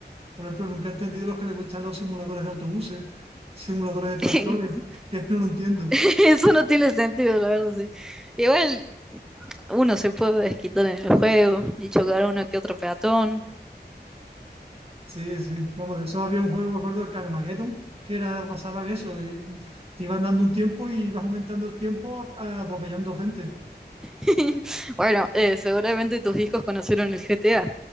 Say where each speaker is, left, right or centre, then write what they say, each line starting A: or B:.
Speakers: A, on the right (about 35°); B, in the centre.
A: por ejemplo, nunca he entendido los que les gustan los simuladores de autobuses, simuladores de tractores,
B: <laughs>
A: <laughs> que no lo entiendo.
B: Eso no tiene sentido, la verdad, sí. Igual uno se puede desquitar en el juego y chocar a uno que otro peatón.
A: Sí, sí, vamos, de eso había un juego, me acuerdo, el Carmageddon, que era, basaba en eso, y te iban dando un tiempo y ibas aumentando el tiempo a- a- atropellando gente.
B: <laughs> Bueno, eh, seguramente tus hijos conocieron el GTA.